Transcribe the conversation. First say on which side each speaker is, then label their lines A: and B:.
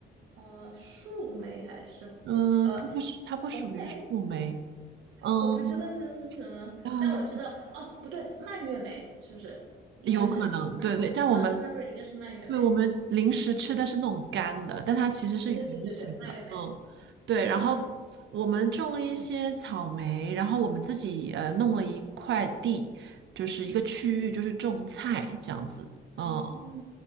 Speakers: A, on the right; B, on the right.
A: 呃，树莓还是红呃
B: 嗯、它不是它不属于树莓，
A: 红莓？
B: 嗯
A: 我不知道它是什么，
B: 啊，
A: 但我知道哦，不对，蔓越莓是不是？应该是，
B: 有可能，对对，但我们
A: 嗯 c r a n b e r r y 应该是蔓越莓。
B: 对我们零食吃的是那种干的，但它其实是圆形的，
A: 对对对对对，蔓越莓。
B: 嗯，对。然后
A: 嗯。
B: 我们种了一些草莓，然后我们自己呃弄了一块地，就是一个区域，就是种菜这样子，嗯
A: 嗯，